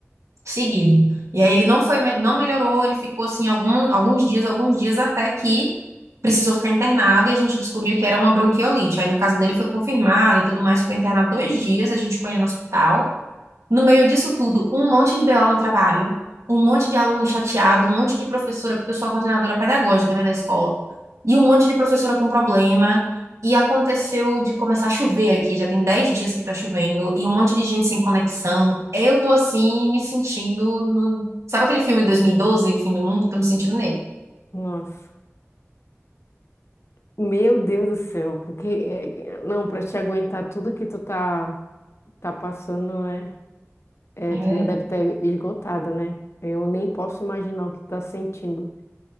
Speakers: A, on the right; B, on the left.
A: seguido. E aí ele não foi, não melhorou, ele ficou assim algum- alguns dias, alguns dias até que precisou ficar internado e a gente descobriu que era uma bronquiolite. Aí no caso dele foi confirmado e tudo mais, ficou internado dois dias, a gente foi no hospital. No meio disso tudo, um monte de BO no trabalho, um monte de aluno chateado, um monte de professora, porque eu sou a coordenadora pedagógica, né, da escola, e um monte de professora com problema. E aconteceu de começar a chover aqui, já tem 10 dias que tá chovendo, e um monte de gente sem conexão. Eu tô assim, me sentindo no... Sabe aquele filme de 2012, O Fim do Mundo? Tô me sentindo nele.
B: Nossa. Meu Deus do céu. Porque, é, não, para te aguentar tudo que tu tá, tá passando, né? É,
A: É,
B: tu já deve ter esgotada, né? Eu nem posso imaginar o que tá sentindo.